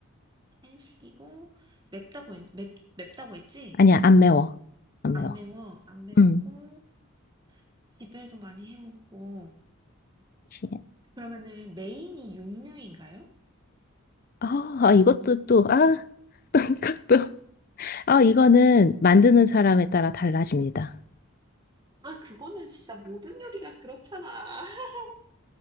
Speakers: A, on the right; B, on the left.
A: 한식이고 맵다고 했, 맵, 맵다고 했지?
B: 아니야, 안 매워. 안
A: 안
B: 매워.
A: 매워, 안 맵고
B: 음.
A: 집에서 많이 해 먹고
B: 그치.
A: 그러면은 메인이 육류인가요?
B: 아, 아, 이것도 또, 아, <laughs> 이것도. 아, 이거는 만드는 사람에 따라 달라집니다.
A: 아, 그거는 진짜 모든 요리가 그렇잖아. <laughs>